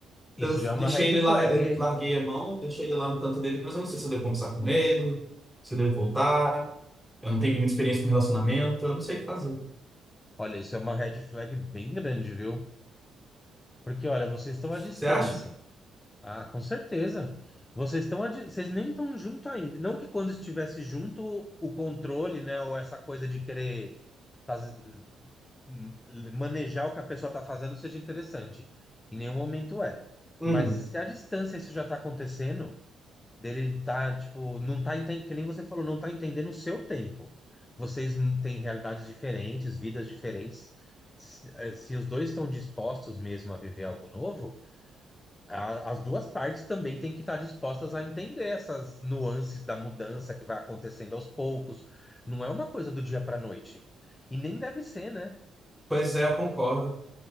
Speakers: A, on the left; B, in the centre.
A: Isso
B: Eu
A: já é uma
B: deixei
A: red
B: ele lá,
A: flag.
B: eh, larguei a mão, deixei ele lá no canto dele, mas eu não sei se eu devo conversar com ele, se eu devo voltar. Eu não tenho muita experiência com relacionamento, eu não sei o que fazer.
A: Olha, isso é uma red flag bem grande, viu? Porque, olha, vocês estão à distância.
B: Você acha?
A: Ah, com certeza. Vocês estão, à di- vocês nem estão junto ainda. Não que quando estivesse junto, o controle, né, ou essa coisa de querer fazer. hum, manejar o que a pessoa está fazendo seja interessante. Em nenhum momento é.
B: Uhum.
A: Mas se à distância isso já está acontecendo, dele tá, tipo, não tá entendendo, que nem você falou, não tá entendendo o seu tempo. Vocês hum, têm realidades diferentes, vidas diferentes. Se, eh, se os dois estão dispostos mesmo a viver algo novo, a- as duas partes também têm que estar dispostas a entender essas nuances da mudança que vai acontecendo aos poucos. Não é uma coisa do dia para a noite. E nem deve ser, né?
B: Pois é, eu concordo.